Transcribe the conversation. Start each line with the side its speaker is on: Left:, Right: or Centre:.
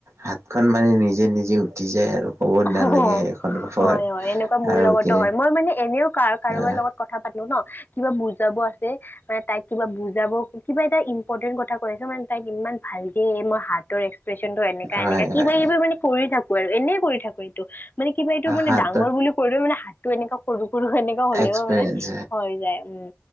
Right: হাতখন মানে নিজে নিজে উঠি যায় আৰু। ক'ব
Left: অহহ'
Right: নালাগে সেইখন খবৰ
Left: হয়, হয় এনেকুৱা মোৰ
Right: আৰু
Left: লগতো
Right: কি
Left: হয় মই মানে এনেও কা কাৰোবাৰ
Right: আহ
Left: লগত কথা পাতো ন', কিবা বুজাব আছে মানে তাইক কিবা বুজাব কিবা এটা ইম্পৰ্টেণ্ট কথা কৈ আছে, মানে তাইক ইমান ভালকে মই হাতৰ এক্স প্ৰেচনটো এনেকা
Right: হয়
Left: এনেকা কিব
Right: হয়
Left: কিবি মানে কৰি থাকো আৰু, এনেই কৰি থাকো এইটো। মানে কিবা এইটো মানে
Right: হাতৰ
Left: ডাঙৰ বুলি ক'লেও মানে হাতটো এনেকুৱা সৰু সৰু এনেকুৱা হ'লেও
Right: এক্সপিৰিয়েঞ্চ
Left: মানে হৈ যায় উম।